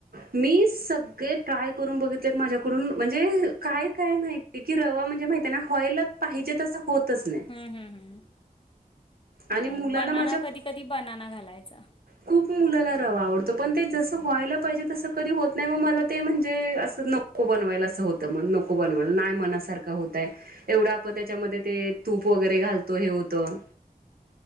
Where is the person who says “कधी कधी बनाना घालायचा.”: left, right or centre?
Left